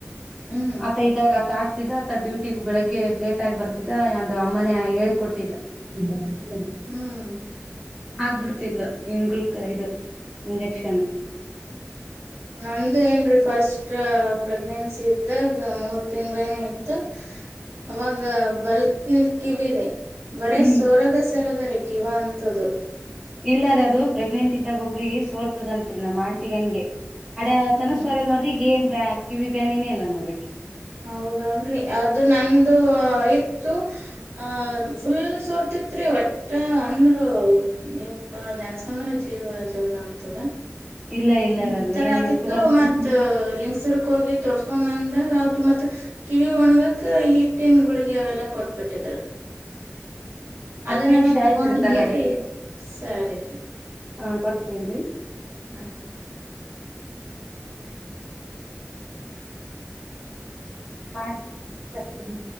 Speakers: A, on the right; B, in the centre.
A: ಹ್ಮ್
B: ಆತ ಇದಾಗ. ತಗ್ತಿದ. ತ ಡ್ಯೂಟಿಗ್ ಬೆಳಗ್ಗೆ ಲೇಟ್ ಟೈಗ್ ಬರ್ತಿದ್ದಾ ಯ ಅಮ್ಮನೆ ಯ ಹೇಳಿ ಕೊಟ್
A: <unintelligible> ಹ್ಮ್.
B: ಆಗ್ಬಿಡ್ತಿಲ್ಲ ಇಂಗಲ್ಕ ಇದು ಇಂಜೆಕ್ಷನು.
A: ನಂದು ಏನ್ರೀ ಫಸ್ಟ್ ಪ್ರೆಗ್ನೆನ್ಸಿ ಇದ್ದಾಗ ಮೂರ್ ತಿಂಗ್ಳೇನ ಇತ್ತ ಅವಾಗ ಬಲ್ಕ್ ಇಲ್ಕಿವಿರಿ. ಬರೇ
B: ಹ್ಮ್
A: ಸೋರೋದ ಸೆರದರಿ. ಕಿವ ಅಂತದ್ದು.
B: ಇಲ್ಲ ರೀ ಅದು ಪ್ರೆಗ್ನೆಂಟ್ ಇದ್ದಾಗ್ ಒಬ್ರಿಗಿ ಸೋರ್ತದಂತ್ರಿ ನಮ್ ಆಂಟಿಗ ಹಂಗೆ ಅಡ
A: ಹ್ಮ್
B: ತನ ಸೋರ ನೋಡ್ರಿ ಈಗ ಏನ್ ಬ್ಯಾಕ್ ಕಿವಿ ಬ್ಯಾನಿನೇ ಇಲ್ಲ ನೋಡ್ರಿ. ಆಕಿಗ್
A: ಹೌದಲ್ರಿ ಅದು ನಂದು ಐ ಇತ್ತು ಆಹ ಫುಲ್ ಸೋರ್ತಿತ್ರಿ ಒಟ್ಟ ಅಂದ್ರ ಯಪ್ಪ ನೆನ್ಸ್ಕಂದ್ರ ಜೀವ ಜಲ್ ಅಂತದ.
B: ಇಲ್ಲ ಇಲ್ಲ
A: ನಂತರ
B: ರೀ ಅದು ಏನ್
A: ಆತ್ತು
B: ಇರ್ತದಂತ್ರಿ
A: ಮತ್ತ ಲಿಂಗಸೂರ್ಕ್ ಹೋಗಿ ತೋರ್ಸ್ ಕೊಮಂದ ಆಬ್ ಮತ್ ಕಿವಿ ಒಣಗಕ ಹಿಟ್ಟಿನ ಗುಳಗಿ ಅವೆಲ್ಲಾ ಕೊಟ್ಬಿಟ್ಟಿದ್ರು.
B: ಹತ್
A: ಅದನ್ನೆಲ್ಲೊಂದ್
B: ನಿಮಿಷ ಆಯ್ತ್ರಿ
A: <unintelligible>
B: ತಗರಿ
A: ಸರಿರಿ
B: ಹಾ ಕೊಡ್ತೇನ್ರಿ
A: ಹ.
B: ಮಾಡ್ ತಷೆರಿ.